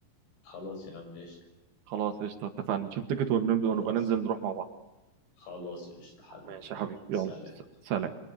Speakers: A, on the left; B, on the right.
A: خلاص يا عم قشطة
B: خلاص قشطه اتفقنا نشوف تيكت ونبقى
A: خلاص
B: ونبقى ننزل نروح مع بعض
A: خلاص قشطة حبيبي
B: ماشي
A: يلا
B: يا حبيبي يلا
A: سلام
B: س- سلام